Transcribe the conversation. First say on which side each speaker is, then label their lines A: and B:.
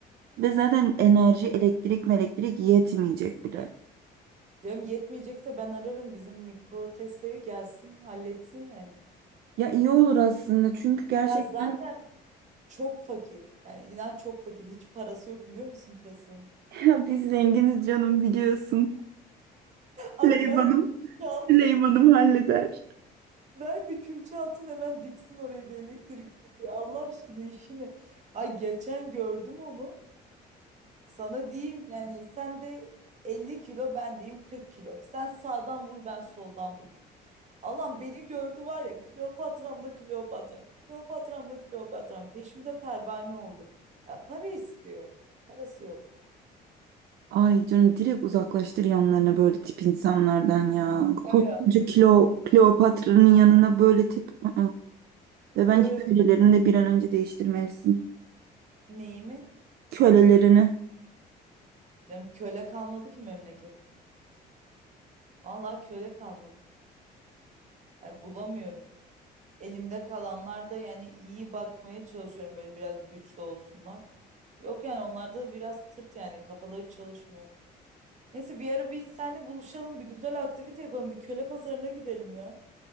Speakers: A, on the right (about 70°); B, on the right (about 45°).
A: ve zaten enerji, elektrik, elektrik yetmeyecek bile.
B: Canım yetmeyecekse ben ararım bizim Nikola Tesla'yı gelsin halletsin yani.
A: Ya iyi olur aslında çünkü gerçekten
B: Ya zaten çok fakir. Yani inan çok fakir. Hiç parası yok biliyor musun Tesla'nın?
A: <laughs> ya biz zenginiz canım biliyorsun.
B: Ay
A: Süleyman'ım,
B: ver bir külçe altın.
A: Süleyman'ım halleder.
B: Ver bir külçe altın hemen diksin oraya bir elektrik. direği. Allah aşkına işi ne? Ay geçen gördüm onu. Sana diyeyim yani sen de 50 kilo ben diyeyim 40 kilo. Sen sağdan vur ben soldan vur. Allah'ım beni gördü var ya Kleopatram da Kleopatram. Kleopatram da Kleopatram. Peşimde pervane oldu. Ya para istiyor. Parası yok.
A: Ay canım direkt uzaklaştır yanlarına böyle tip insanlardan ya. Koskoca
B: Ya ya,
A: kilo, Kleopatra'nın yanına böyle tip. ı Ve
B: Yo
A: bence
B: yo.
A: kölelerini de bir an önce değiştirmelisin.
B: Neyi mi?
A: Kölelerini.
B: Diyorum köle kalmadı ki memlekette. Vallahi köle kalmadı. Yani bulamıyorum. Elimde kalanlar da yani iyi bakmaya çalışıyorum böyle biraz güçlü olsunlar. Yok yani onlar da biraz tırt yani kafaları çalışmıyor. Neyse bir ara biz seninle buluşalım bir güzel aktivite yapalım bir köle pazarına gidelim ya.